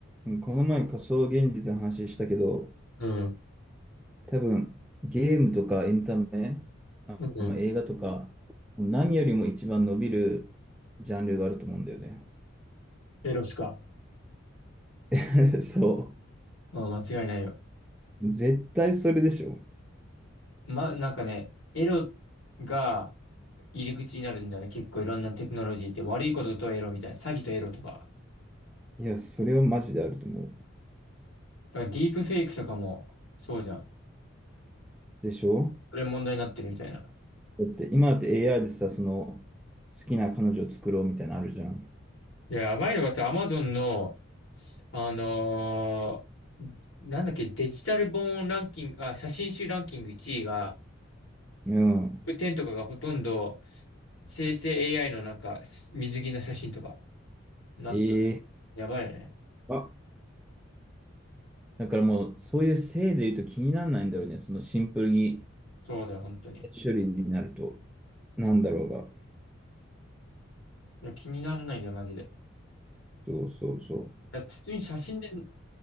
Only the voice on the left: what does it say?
うん、
うん。
エロしか。
うん、間違いないよ。
ま、なんかね、エロが入り口になるんだよね。結構いろんなテクノロジーって悪いこととエロみたいな。詐欺とエロとか。
だからディープフェイクとかもそうじゃん。
それ問題になってるみたいな。
いや、やばいのがさ、アマゾンの、あのーなんだっけ、デジタル本ランキング、あ、写真集ランキング1位が、
10とかがほとんど生成 AI のなんか水着の写真とかなってた。
やばいよね。
そうだよ、本当に。
いや、気にならないね、マジで。い
や、普通に写真で